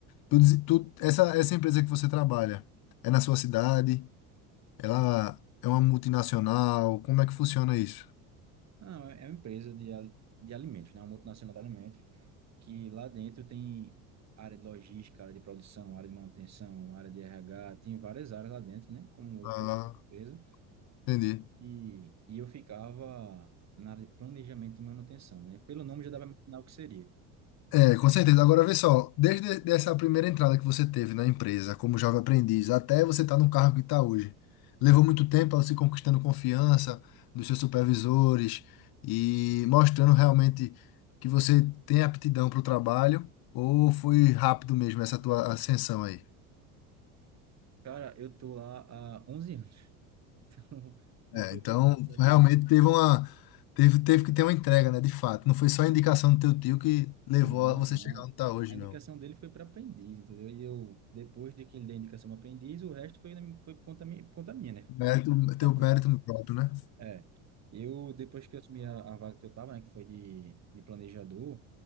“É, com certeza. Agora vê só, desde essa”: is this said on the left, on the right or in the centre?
Left